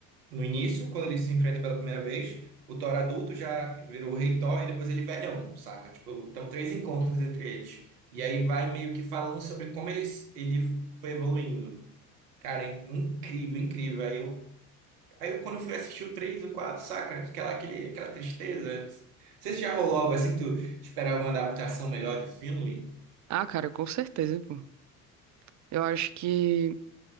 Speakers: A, on the right (about 70°); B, on the right (about 35°).
A: no início, quando ele se enfrenta pela primeira vez, o Thor adulto já virou o rei Thor e depois ele velhão, saca? Tipo, então três encontros entre eles. E aí vai meio que falando sobre como eles, ele foi evoluindo. Cara, é incrível, incrível. Aí eu Aí eu, quando eu fui assistir o 3 e o 4, saca? Aquela, aquele, aquela tristeza. Não sei se já rolou algo assim, tu esperava uma adaptação melhor de filme?
B: Ah, cara, com certeza, pô. Eu acho que